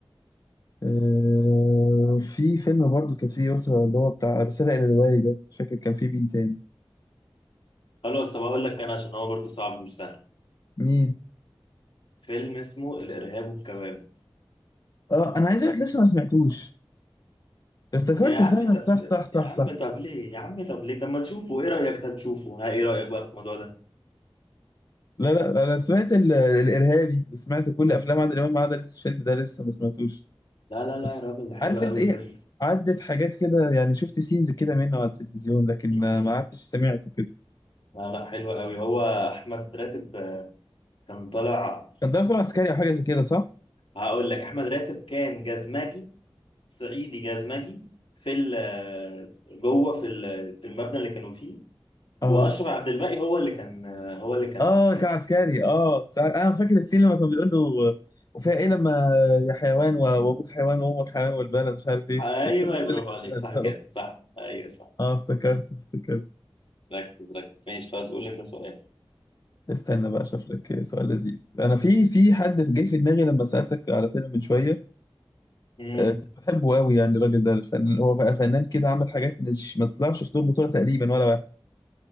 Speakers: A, on the left; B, on the left.
A: أه... في فيلم برضو كان فيه يسرا اللي هو بتاع رسالة إلى الوالدة مش فاكر كان فيه مين تاني
B: خلاص طب اقول لك انا عشان هو برضه صعب مش سهل
A: مين
B: فيلم اسمه الارهاب والكباب
A: اه انا عايز اقول لك لسه ما سمعتوش افتكرت
B: يا عم
A: فعلا
B: طب
A: صح صح صح
B: يا عم
A: صح
B: طب ليه يا عم طب ليه طب ما تشوفه ايه رايك طب تشوفه ها ايه رايك بقى في الموضوع ده
A: لا لا انا سمعت ال- الارهابي وسمعت كل افلام عادل امام ما عدا لسه الفيلم ده لسه ما سمعتوش
B: لا لا لا
A: بس
B: يا راجل ده حلو
A: عارف
B: قوي
A: انت ايه
B: بجد
A: عدت حاجات كده يعني شفت سينز كده منه على التلفزيون لكن
B: امم
A: ما ما عدتش سمعته كده
B: لا لا حلو قوي هو احمد راتب آه، كان طالع
A: كان ده فيلم عسكري او حاجه زي كده صح؟
B: هقول لك احمد راتب كان جزمجي صعيدي جزمجي في ال آه، جوه في ال- في المبنى اللي كانوا فيه
A: اه
B: واشرف عبد الباقي هو اللي كان آه، هو اللي كان
A: اه
B: عسكري
A: كان عسكري اه سع- انا فاكر السين لما كان بيقول له وفيها ايه لما يا حيوان و- وابوك حيوان وامك حيوان والبلد مش عارف ايه
B: ايوه
A: الجمله
B: أيوة،
A: دي اللي
B: برافو
A: كان
B: عليك
A: بيهزقه
B: صح كده صح ايوه صح
A: اه افتكرت افتكرت
B: ركز ركز ماشي خلاص قول لي انت سؤال
A: استنى بقى اشوف لك سؤال لذيذ انا في في حد جه في دماغي لما سالتك على فيلم من شويه
B: امم
A: آه كنت بحبه قوي يعني الراجل ده الفنان هو ف- فنان كده عمل حاجات مش ما طلعش في دور بطوله تقريبا ولا واحد